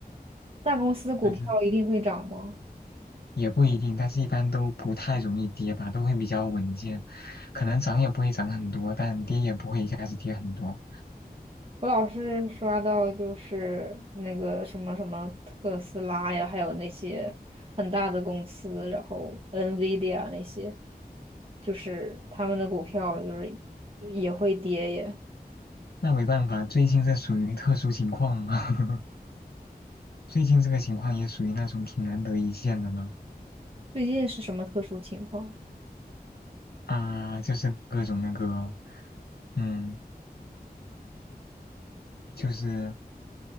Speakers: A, on the right; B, on the left.
A: 大公司的股票一定会涨吗？
B: <laughs> 反正也不一定，但是一般都不太容易跌吧，都会比较稳健，可能涨也不会涨很多，但跌也不会一下子跌很多。
A: 我老是刷到就是那个什么什么特斯拉呀，还有那些很大的公司，然后 NVIDIA 那些，就是他们的股票就是也会跌耶。
B: 那没办法，最近这属于特殊情况嘛，<laughs> 最近这个情况也属于那种挺难得一见的了
A: 最近是什么特殊情况？
B: 啊，就是各种那个，嗯，就是